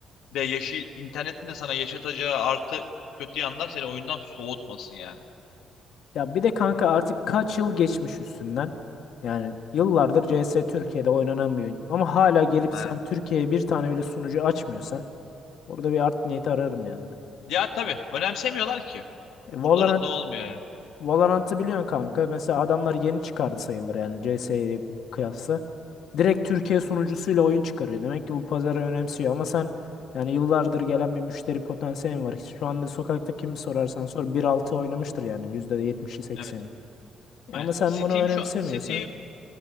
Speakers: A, on the left (about 85°); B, on the left (about 70°).
A: de yaşı internetin de sana yaşatacağı artı kötü yanlar seni oyundan soğutmasın yani.
B: ya bir de kanka artık kaç yıl geçmiş üstünden yani yıllardır CS Türkiye'de oynanan bir oyun ama hala gelip
A: Ha.
B: sen Türkiye'ye bir tane bile sunucu açmıyorsan burada bir art niyeti ararım yani.
A: Ya tabii önemsemiyorlar ki.
B: E,
A: Umurlarında
B: Valorant
A: olmuyor ya.
B: Valorant'ı biliyorsun kanka. Mesela adamlar yeni çıkardı sayılır yani CS'ye kıyasla. Direkt Türkiye
A: Hı hı.
B: sunucusuyla oyun çıkarıyor. Demek ki bu pazarı önemsiyor ama sen yani yıllardır gelen bir müşteri potansiyelin var. Şu anda sokakta kimi sorarsan sor bir altı oynamıştır yani %70'i 80'i.
A: Evet. Aynen.
B: E Ama sen
A: Steam
B: bunu önemsemiyorsan
A: şu Steam